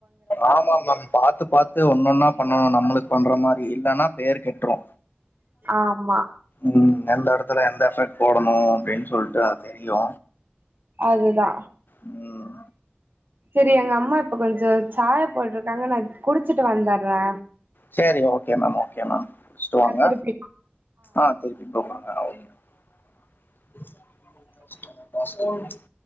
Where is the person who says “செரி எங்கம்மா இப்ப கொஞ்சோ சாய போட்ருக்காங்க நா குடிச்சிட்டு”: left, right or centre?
Right